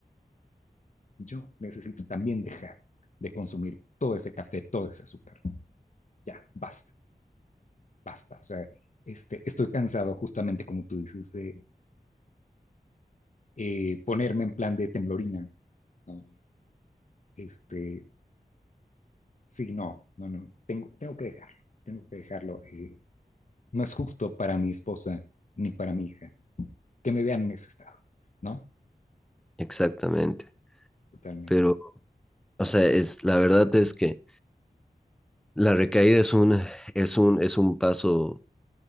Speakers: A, on the left; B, in the centre.
A: Yo necesito también dejar de consumir todo ese café, todo ese azúcar. Ya, basta, basta. O sea, este, estoy cansado justamente, como tú dices, de eh, ponerme en plan de temblorina, ¿no? Este, sí, no, no, no, tengo, tengo que dejarlo, tengo que dejarlo. Eh, no es justo para mi esposa ni para mi hija que me vean en ese estado, ¿no?
B: exactamente.
A: Totalmente.
B: Pero, o sea, es, la verdad es que la recaída es un, es un, es un paso